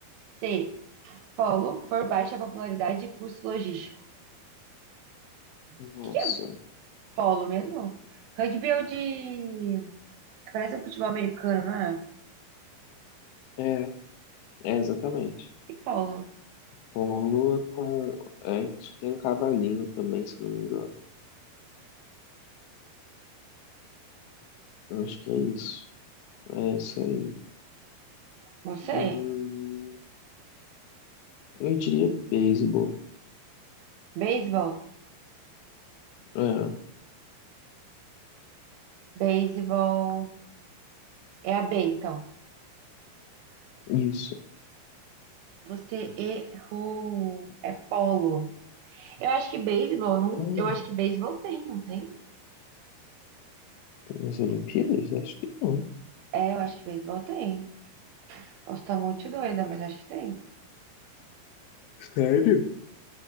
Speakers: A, on the right; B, on the left.
A: C. Polo por baixa popularidade e custo logístico.
B: Nossa,
A: O que que é Polo mesmo? Rugby é o de. que Parece um futebol americano, não é?
B: é, é exatamente.
A: E polo?
B: Polo é com. É, acho que tem um cavalinho também, se não me engano. Acho que é isso. É isso aí.
A: Não sei.
B: Hum, eu diria beisebol.
A: Beisebol?
B: É,
A: Beisebol. É a B, então.
B: isso.
A: Você errou. É polo. Eu acho que beisebol não.
B: Não,
A: Eu acho que beisebol tem, não tem?
B: nas Olimpíadas? Acho que não.
A: É, eu acho que beisebol tem. Posso estar muito doida, mas acho que tem.
B: Sério?